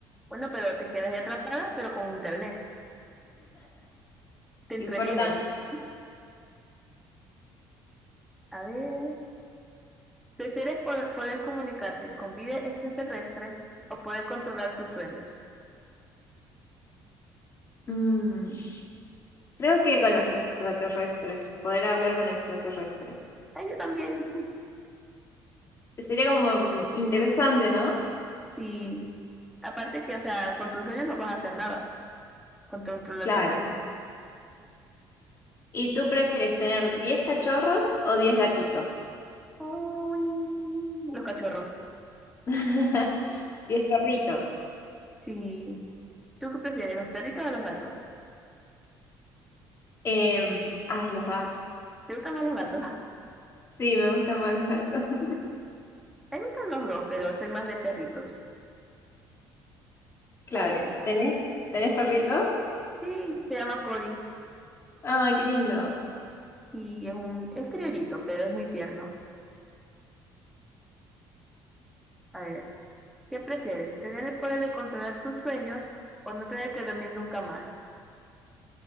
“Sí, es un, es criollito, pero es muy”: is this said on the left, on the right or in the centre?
Centre